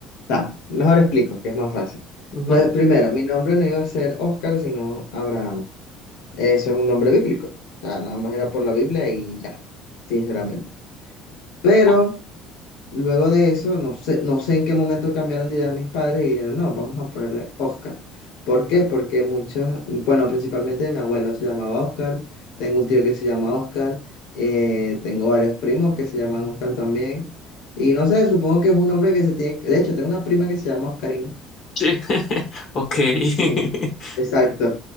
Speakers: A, on the left; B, on the left.
A: sea, mejor explico, que es más fácil.
B: Ujú.
A: Pues primero, mi nombre no iba a ser Oscar, sino Abraham. Eso es un nombre bíblico. O sea, nada más era por la Biblia y ya, sinceramente. Pero...
B: Ok.
A: Luego de eso, no sé, no sé en qué momento cambiaron de idea mis padres y dijeron, no, vamos a ponerle Oscar. ¿Por qué? Porque muchos, bueno, principalmente mi abuelo se llamaba Oscar, tengo un tío que se llama Oscar, eh, tengo varios primos que se llaman Oscar también. Y no sé, supongo que es un nombre que se tiene, de hecho, tengo una prima que se llama Oscarina.
B: Sí, <laughs> ok,
A: Sí,
B: <laughs>
A: exacto.